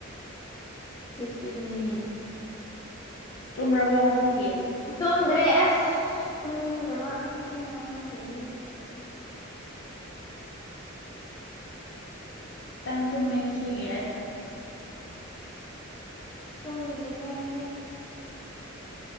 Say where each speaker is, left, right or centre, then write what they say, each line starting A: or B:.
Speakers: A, on the left; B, on the left.
A: ꯄꯅꯦ
B: ꯇꯨꯝꯔꯕꯣ ꯉꯁꯤꯒꯤ
A: ꯇꯨꯝꯗ꯭ꯔꯦ ꯑꯁ ꯇꯨꯝꯅꯤꯡꯗꯕ ꯊꯦꯡꯅ ꯂꯧꯒꯠꯄꯤꯔꯨꯒꯦ
B: ꯇꯥꯡ ꯇꯨꯝꯃꯦ ꯉꯁꯤꯒꯤ ꯑꯩ
A: ꯎꯝꯗꯤ ꯏꯗꯤ